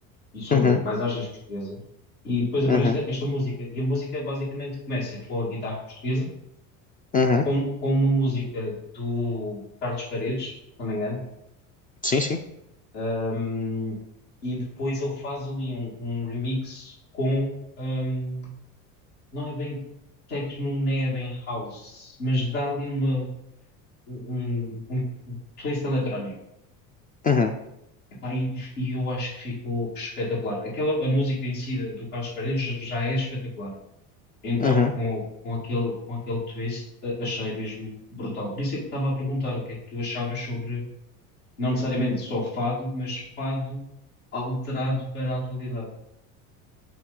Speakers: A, on the left; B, on the left.
A: e sobre
B: Uhum,
A: paisagens portuguesas. E depois
B: uhum,
A: aparece esta, esta música. E a música basicamente começa com a guitarra portuguesa,
B: uhum.
A: com, com uma música do Carlos Paredes, se não me engano,
B: Sim, sim.
A: hum, e depois ele faz ali um, um remix com. hum, não é bem techno, nem é bem house, mas dá ali uma, um, um um twist eletrónico.
B: Uhum,
A: Epá, e, e eu acho que ficou espetacular. Aquela, a música em si do Carlos Paredes já já é espetacular. Então,
B: uhum.
A: com, com aquele, com aquele twist, a- achei mesmo brutal. Por isso é que estava a perguntar o que é que tu achavas sobre, não necessariamente só fado, mas fado alterado para a atualidade.